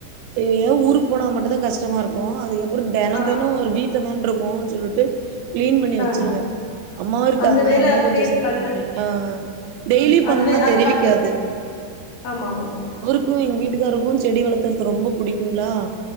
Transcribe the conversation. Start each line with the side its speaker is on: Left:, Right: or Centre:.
Right: எங்கா ஊருக்கு போனா மட்டு தா கஷ்டமா இருக்கு அதுக்குகப் பறோ தெனோ
Left: ஆ
Right: தெனோ ஒரு வீட்ல தான இருக்கோன்னு சொல்ட்டு கிளீன் பண்ணி
Left: ஆ
Right: வச்சிருவே அம்மாவு இருக்காங்க
Left: அந்த வேல
Right: அம்மா
Left: அப்டியே
Right: கொஞ்சோ சப்போர்ட்
Left: பண்ண
Right: பண்ணி ஆ டெய்லி
Left: அதுவே
Right: பண்ணுனா
Left: அது
Right: தெரிவிக்காது
Left: பண்றதுக்கு ஆமா ஆமா ஆமா
Right: க்கு எங்க வீட்டுக்காருக்கு செடி வளத்துறது ரொம்ப புடிக்குங்ளா